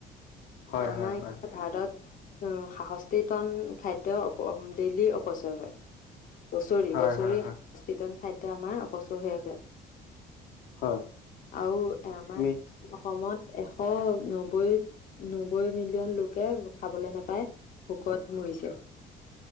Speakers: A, on the left; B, on the left.
A: হয়
B: আমাৰ
A: হয়
B: এয়া
A: হয়
B: ভাৰত উ সষষ্ঠি টন খাদ্্য অ ডেইলি অপচয় হয় বছৰি
A: হয়
B: বছৰিন
A: হয় হয়
B: খাদ্য আমাৰ অপচয় হৈ আছে
A: হয়
B: আৰু এ আমাৰ
A: তুমি
B: অসমত এশ নব্বৈ নব্বৈ মিলিয়ন লোকে খাবলৈ নোপায় ভোকত মৰিছে